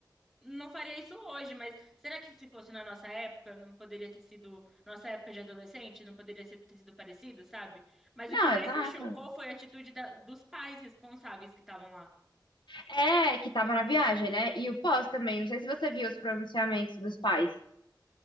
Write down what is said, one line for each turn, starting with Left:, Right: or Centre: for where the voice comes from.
Centre: não faria isso hoje, mas será que se fosse na nossa época, não poderia ter sido, nossa época de adolescente, não poderia ser- ter sido parecido, sabe? Mas
Left: Não,
Centre: o que mais
Left: exato.
Centre: me chocou foi a atitude da- dos pais responsáveis que estavam lá.
Left: É, que tava na viagem, né? E o pós também. Não sei se você viu os pronunciamentos dos pais,